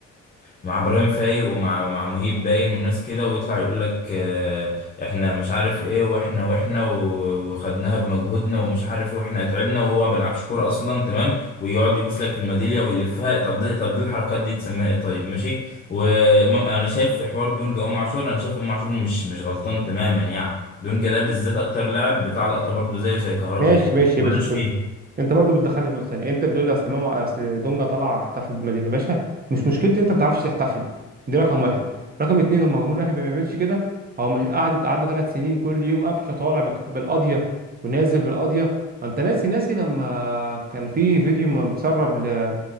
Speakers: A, on the left; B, on the right.
A: مع ابراهيم فايق ومع ومع مهيب باين وناس كده ويطلع يقول لك آه، احنا مش عارف ايه واحنا واحنا و- وخدناها بمجهودنا ومش عارف ايه واحنا تعبنا وهو ما بيلعبش كوره اصلا تمام ويقعد يبوس لك في الميداليه ويلفها طب ده طب دي الحركات دي تسميها ايه طيب ماشي وانا شايف في حوار دونجا وامام عاشور انا شايف امام عاشور مش مش غلطان تماما يعني دونجا ده بالذات اكتر لاعب بتاع لقطه برضه زيه زي كهربا
B: ماشي
A: كده
B: ماشي
A: ملوش
B: يا باشا بص
A: فيها
B: انت برضو بتدخلني في نقطه ثانيه انت بتقول لي اصل امام اصل دونجا طلع احتفل بالمدينه يا باشا مش مشكلتي انت ما بتعرفش تحتفل دي رقم واحد رقم اتنين لما جمهور الاهلي ما بيعملش كده هو مش قعدت قعدنا ثلاث سنين كل يوم قفشه طالع بك- بالقضيه ونازل بالقضيه انت ناسي ناسي لما كان في فيديو متسرب ل...